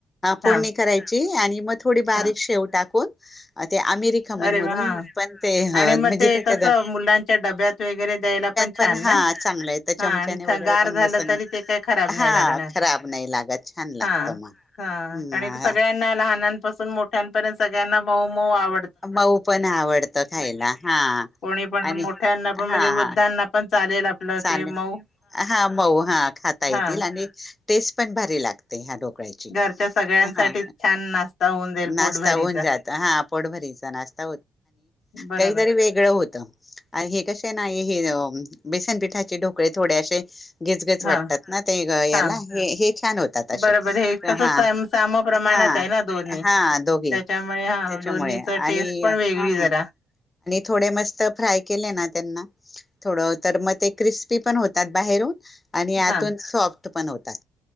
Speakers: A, on the left; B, on the left.
A: फोडणी
B: हां
A: करायची आणि मग थोडी बारीक
B: हां
A: शेव टाकून अ, ते अमिर खमण
B: अरे
A: म्हणून
B: वा हां
A: पण ते म्हणजे
B: आणि मग ते
A: त्याच्या
B: कसं
A: डब्यात.
B: मुलांच्या डब्यात वगैरे द्यायला
A: पण
B: छान
A: हा
B: ना?
A: चांगलं आहे तर
B: हा
A: चमचाने
B: आणि
A: वगैरे
B: थ गार
A: पण
B: झालं
A: बस
B: तरी ते काही खराब नाही
A: हा
B: लागणार.
A: खराब नाही लागत. छान लागत.
B: हा. हा
A: मग हम्म
B: सगळ्यांना लहानांपासून मोठ्यांपर्यंत सगळ्यांना मऊ मऊ आवड
A: मऊ पण आवडत खायला हा
B: कोणी पण
A: आणि
B: मोठ्यांना पण
A: हा
B: म्हणजे वृद्धांना
A: हा.
B: पण चालेल आपलं
A: चालेल
B: ते मऊ
A: हा मऊ हा खाता येतील
B: हा
A: आणि टेस्ट पण भारी लागते हा.
B: घरच्या सगळ्यांसाठी छान नाश्ता होऊन जाईल
A: नाष्टा
B: पोटभरीचा.
A: होऊन जात हा पोटभरीचा नाष्टा
B: बरोबर
A: काहीतरी वेगळ होत हे कसय ना. बेसनपिठाचे ढोकळे थोडेे असे. गच गच
B: हा
A: वाटतात ना ते याला
B: हा
A: हे छान होतात असे
B: बरोबर हे कसं
A: हा.
B: सम साम प्रमाणात
A: हा
B: आहे ना दोन्ही.
A: दोघे
B: त्याच्यामुळे हा
A: त्याच्यामुळे
B: दोन्हीच
A: आणि
B: टेस्ट पण
A: हा.
B: वेगळी जरा
A: थोडे मस्त फ्राय केले ना त्यांना थोडं तर मग ते क्रिस्पी पण होतात बाहेरून आणि यातून
B: हा
A: सॉफ्ट पण होतात.